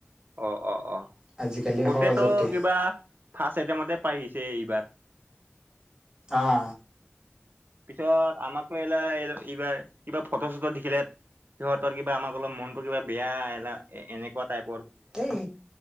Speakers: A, on the right; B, on the right.
A: অ'-অ'-অ',
B: আজিকালি
A: বহুতেত
B: সহজতে
A: কিবা ফাষ্ট আইটেমতে। পাই গৈছে এইবাৰ।
B: অ'।
A: পিছত আমাকো এইলাৰ এইবাৰ। কিবা ফটো চটো দেখিলে সিহঁতৰ কিবা আমাক অলপ মনতো কিবা বেয়া এনেকুৱা টাইপ।
B: এই